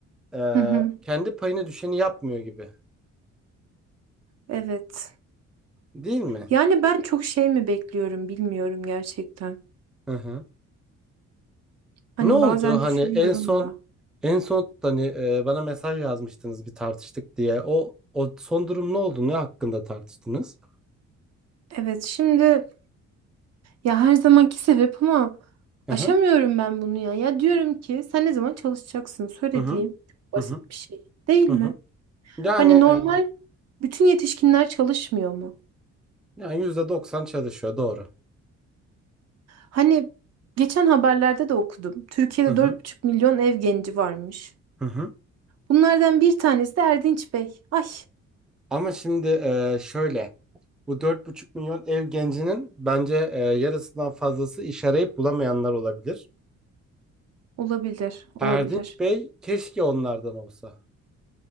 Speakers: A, in the centre; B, on the right (about 55°).
A: e,
B: Hı hı.
A: kendi payına düşeni yapmıyor gibi.
B: Evet.
A: Değil mi?
B: Yani ben çok şey mi bekliyorum bilmiyorum gerçekten.
A: Hı hı.
B: Hani
A: Ne oldu
B: bazen
A: hani
B: düşünüyorum
A: en son
B: da.
A: en son hani e, bana mesaj yazmıştınız bir tartıştık diye. O o son durum ne oldu? Ne hakkında tartıştınız?
B: Evet, şimdi Ya her zamanki sebep ama
A: Hı
B: aşamıyorum
A: hı.
B: ben bunu ya. Ya diyorum ki sen ne zaman çalışacaksın? Söylediğim
A: Hı hı.
B: çok basit
A: Hı hı.
B: bir şey değil
A: Hı
B: mi?
A: hı. Yani
B: Hani
A: e,
B: normal bütün yetişkinler çalışmıyor mu?
A: Yani %90 çalışıyor doğru.
B: Hani geçen haberlerde de okudum. Türkiye'de
A: Hı hı.
B: dört buçuk milyon ev genci varmış.
A: Hı hı.
B: Bunlardan bir tanesi de Erdinç Bey. Ay
A: Ama şimdi e, şöyle bu dört buçuk milyon ev gencinin bence e, yarısından fazlası iş arayıp bulamayanlar olabilir.
B: olabilir, olabilir.
A: Erdinç Bey keşke onlardan olsa.